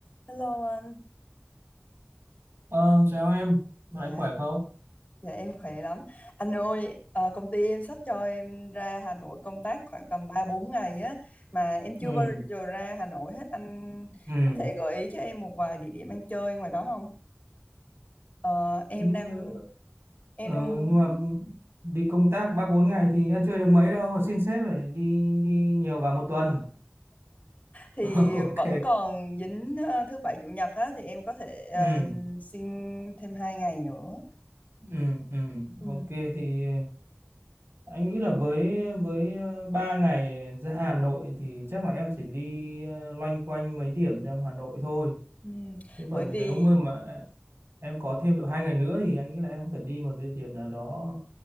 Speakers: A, on the left (about 35°); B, on the right (about 70°).
A: Hello anh,
B: Ờ, chào em,
A: dạ,
B: lại khỏe không?
A: dạ em khỏe lắm. Anh ơi, ờ, công ty em sắp cho em ra Hà Nội công tác khoảng tầm ba bốn ngày á, mà em chưa
B: ừ
A: bao giờ ra Hà Nội hết. Anh
B: ừ
A: có thể gợi ý cho em một vài địa điểm ăn chơi ngoài đó không? Ờ, em
B: nhưng
A: đang
B: mà,
A: em
B: ờ,
A: đang muốn
B: nhưng mà đi công tác ba bốn ngày thì ăn chơi được mấy đâu mà xin sếp phải đi đi nhiều vào một tuần
A: thì
B: <laughs>
A: vẫn
B: ok
A: còn dính ờ, thứ bảy chủ nhật á, thì em có thể ờ,
B: ừ
A: xin thêm hai ngày nữa.
B: ừ ừ
A: Ừ.
B: ok thì anh nghĩ là với với ờ, ba ngày ra Hà Nội thì chắc là em chỉ đi ờ, loanh quanh mấy điểm trong Hà Nội thôi
A: Ừ.
B: chứ còn
A: Bởi vì
B: nếu mà em có thêm độ hai ngày nữa thì anh nghĩ là em có thể đi một địa điểm nào đó